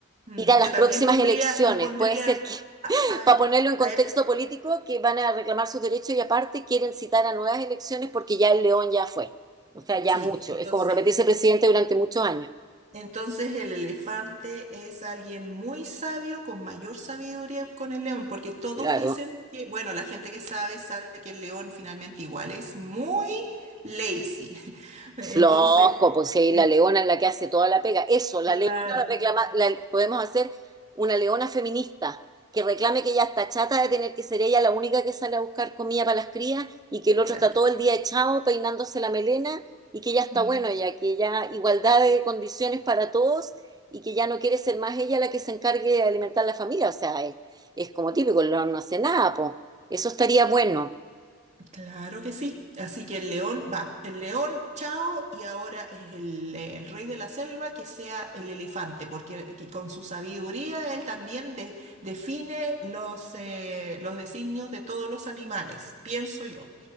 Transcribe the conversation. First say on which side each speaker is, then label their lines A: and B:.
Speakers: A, on the right; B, on the right.
A: mm,
B: ir a las
A: yo también
B: próximas
A: pondría,
B: elecciones.
A: lo pondría
B: Puede ser que,
A: a,
B: <laughs>
A: a
B: para
A: él,
B: ponerlo en contexto
A: a él.
B: político, que van a reclamar sus derechos y aparte quieren citar a nuevas elecciones porque ya el león ya fue. O sea, ya
A: Sí,
B: mucho.
A: entonces.
B: Es como repetirse presidente durante muchos años.
A: Entonces el elefante es alguien muy sabio, con mayor sabiduría con el león, porque todos
B: Claro.
A: dicen que, bueno, la gente que sabe sabe que el león finalmente igual es muy lazy. <laughs> Entonces,
B: Flojo, pues si ahí
A: eh,
B: la leona es la que hace toda la pega. Eso, la
A: claro,
B: leona reclama, la- podemos hacer una leona feminista que reclame que ella está chata de tener que ser ella la única que sale a buscar comida para las crías y que el otro
A: claro.
B: está todo el día echado peinándose la melena y que ya está
A: Mm.
B: bueno ya, que ya igualdad de condiciones para todos y que ya no quiere ser más ella la que se encargue de alimentar la familia. O sea, es, es como típico, el león no hace nada, pues. Eso estaría bueno.
A: Claro que sí. Así que el león va. El león, chao, y ahora es el, eh, el rey de la selva que sea el elefante, porque que con su sabiduría él también de- define los, eh, los designios de todos los animales, pienso yo.